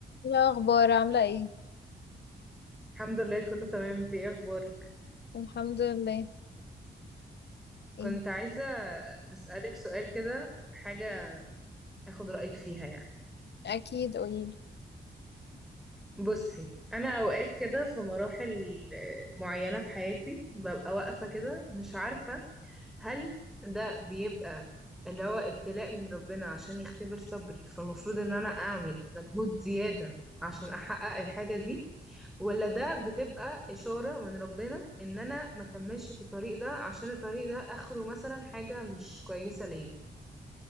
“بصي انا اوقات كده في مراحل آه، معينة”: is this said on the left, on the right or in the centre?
Centre